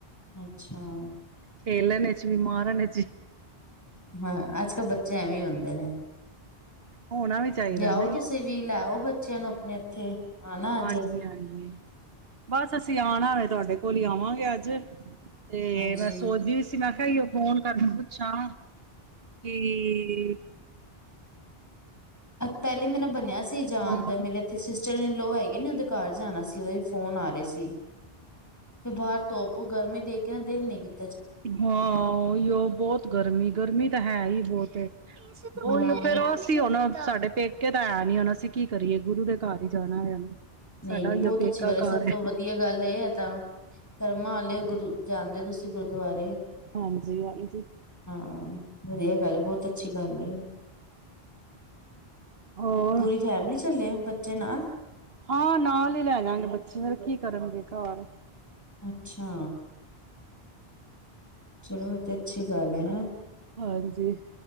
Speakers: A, on the left; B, on the right.
A: ਅੱਛਾ
B: ਖੇਲਣਾ ਚ ਵੀ ਮਾਰਨ ਜੀ
A: ਹਾਂ ਅੱਜ ਕੱਲ ਬੱਚੇ ਐਵੇਂ ਹੁੰਦੇ ਨੇ
B: ਹੋਣਾ ਵੀ ਚਾਹੀਦਾ
A: ਲਿਆਓ
B: ਨਾ
A: ਤੁਸੀਂ ਵੀ ਲਿਆਓ ਬੱਚਿਆਂ ਨੂੰ ਆਪਣੇ ਇੱਥੇ ਆਨਾ ਅੱਜ
B: ਹਾਂਜੀ ਹਾਂਜੀ ਬਸ ਅਸੀਂ ਆਣਾ ਵ ਤੁਹਾਡੇ ਕੋਲ ਹੀ ਆਵਾਂਗੇ ਅੱਜ ਤੇ
A: ਹਾਂਜੀ
B: ਮੈਂ ਸੋਚਦੀ ਵੀ ਸੀ ਮੈਂ ਅਈਓ, ਫ਼ੋਨ ਕਰਕੇ ਪੁੱਛਾਂ ਕੀ <inaudible>
A: ਪੈਲੇ ਮੇ ਨਾ ਬਣਿਆ ਸੀ ਜਾਨ
B: ਹੋਰ
A: ਦਾ, ਮੇਰੇ ਐਥੇ ਸਿਸ ਤੇਣੇ ਲੋ ਹੈਗੇ ਨੇ ਔਦੇ ਘਰ ਜਾਣਾ ਸੀ ਓਦੇ ਵੀ ਫੋਨ ਆ ਰੇ ਸੀ ਫੇਰ ਬਾਰ ਧੋਪ ਗਰਮੀ ਦੇਖ ਕੇ ਨਾ ਦੇਲ ਨੀ ਕੀਤ
B: ਹਾਂ, ਔਈਔ ਬੌਤ ਗਰਮੀ ਗਰਮੀ ਤਾਂ ਹੈ ਈ ਏ ਬੌਤ।
A: ਹਾਂ
B: ਔਈਔ ਫੇਰ ਅਸੀ ਹੋਣ ਸਾਡੇ ਪੇਕੇ ਤਾਂ ਐਂ ਨੀ ਹੁਣ ਅਸੀਂ ਕੀ ਕਰੀਏ, ਗੁਰੂ ਦੇ ਘਰ ਈ ਜਾਣਾ ਵੇ ਹੁਣ।
A: ਨਹੀਂ
B: ਸਾਡਾ
A: ਨਹੀਂ,
B: ਉਹੀਓ
A: ਬੌਤ
B: ਪੇਕਾ
A: ਅੱਛੀ ਗੱਲ ਏ, ਸਭ
B: ਘਰ
A: ਤੋਂ ਵਧੀਆ ਗੱਲ ਏ ਏ ਤਾਂ। ਕਰਮਾਂ ਆਲੇ ਔ ਗੁਰੂ ਜਾਂਦੇ ਔ ਤੁਸੀਂ ਗੁਰਦੁਆਰੇ?
B: ਹਾਂਜੀ ਹਾਂਜੀ।
A: ਹਾਂ। ਵਧੀਆ ਗੱਲ ਏ, ਬੌਤ ਅੱਛੀ ਗੱਲ ਏ।
B: ਹੋਰ
A: ਪੂਰੀ ਫੈਮਲੀ ਸੀ। ਡਿੱਲੇ ਆ ਬੱਚੇ ਨਾਲ।
B: ਹਾਂ, ਨਾਲ ਹੀ ਲੈ ਜਾਗੇ ਬੱਚੇ, ਫੇਰ ਕੀ ਕਰਨਗੇ ਘਾਰ?
A: ਅੱਛਾ। ਚਲੋ ਐਤੇ ਅੱਛੀ ਗੱਲ ਏ, ਹੈਂ।
B: ਹਾਂਜੀ।